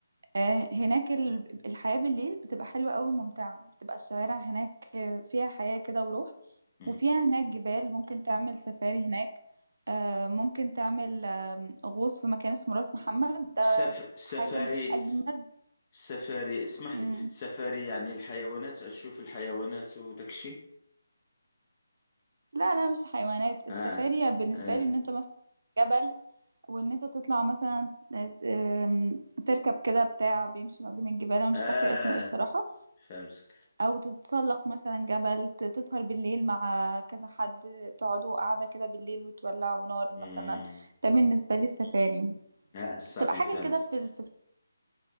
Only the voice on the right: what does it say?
آه، هناك ال- الحياه بالليل بتبقى حلوه قوي وممتعه بتبقى الشوارع هناك آه، فيها حياه كده وروح
وفيها هناك جبال ممكن تعمل سفاري هناك آه، ممكن تعمل آم، غوص في مكان اسمه راس محمد
حاجة من أجمد
مم.
لا لا مش حيوانات السفاري
بالنسبة
لي إن أنت مثلا جبل وإن أنت تطلع مثلا آم، تركب كده بتاع بيمشي ما بين الجبال أنا مش
فاكرة اسمه إيه بصراحة
أو تتسلق مثلا جبل ت- تسهر بالليل مع كذا حد تقعدوا قاعدة كده بالليل وتولعوا نار مثلا
ده بالنسبة لي السفاري
تبقى حاجة
كده في في الصحراء